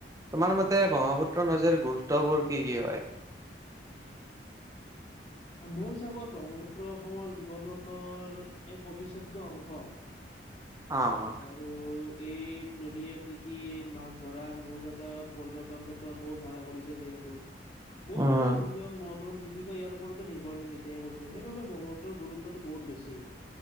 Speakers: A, on the right (about 20°); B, on the left (about 40°).
A: তোমাৰ মতে ব্ৰহ্মপুত্ৰ নজীৰ গুৰুত্ববোৰ কি কি হয়?
B: মোৰ হিচাপত ব্ৰহ্মপুত্ৰ অসমৰ জীৱনৰ এক অবিচ্ছেদ্য অংশ হয়।
A: অ, অ।
B: ৰু এই নদীয়ে কৃষি, মাছ ধৰা, নৌ যাতায়ত, পৰ্যটন ক্ষেত্ৰত বহুত সহায় কৰিছে যিহেতু। বহু
A: অ',
B: মানুহে জীৱনত মনৰ জীৱিকা ইয়াৰ ওপৰতে নিৰ্ভৰশীল তেতিয়াই কৈছো। সেইবাবে ব্ৰহ্মপুত্ৰৰ গুৰুত্বটো বহুত বেছি।